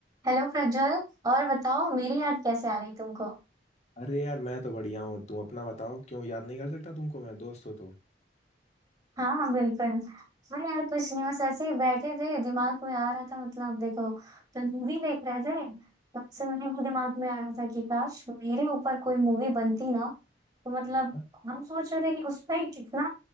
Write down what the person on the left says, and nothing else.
अरे यार मैं तो बढ़िया हूँ तुम अपना बताओ क्यों याद नहीं कर सकता तुमको मैं दोस्त हो तो
हाँ